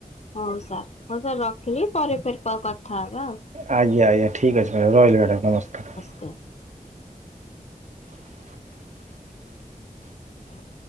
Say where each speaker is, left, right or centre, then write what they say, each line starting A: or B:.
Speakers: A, on the left (about 50°); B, on the right (about 55°).
A: ହଉ ସାର୍ ମୁଁ ସାର୍ ରଖିଲି ପରେ ପରେ କ କଥା ହବା ଆଉ।
B: ଆଜ୍ଞା ଆଜ୍ଞା ଠିକ୍ ଅଛି ମ୍ୟାଡ଼ାମ ରହିଲ ମ୍ୟାଡ଼ାମ ନମସ୍କାର।
A: ହୁଁ। ହଁ।